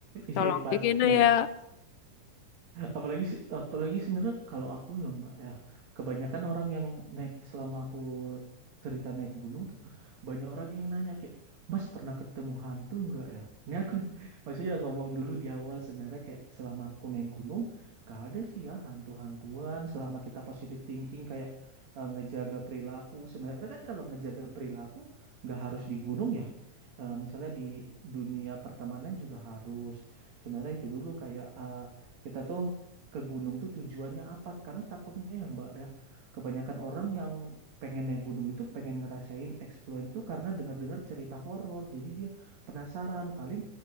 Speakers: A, on the right (about 55°); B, on the left (about 75°).
A: Iya
B: Tolong
A: pasti
B: begini
A: ya.
B: ya.
A: Apalagi se- apalagi sebenarnya kalau aku ya Mbak ya, kebanyakan orang yang naik selama aku cerita naik gunung tuh banyak orang yang nanya kayak, "Mas pernah ketemu hantu nggak ya?" Ini aku <laughs> maksudnya ngomong dulu di awal sebenarnya kayak selama aku naik gunung gak ada sih ya hantu-hantuan selama kita positive thinking kayak eh, ngejaga perilaku. Sebenarnya kan kalau ngejaga perilaku nggak harus di gunung ya eh, misalnya di dunia pertemanan juga harus sebenarnya itu dulu kayak eh, kita tuh ke gunung tuh tujuannya apa karena takutnya ya Mbak ya kebanyakan orang yang pengen naik gunung itu pengen ngerasain explore itu karena dengar-dengar cerita horor jadi dia penasaran paling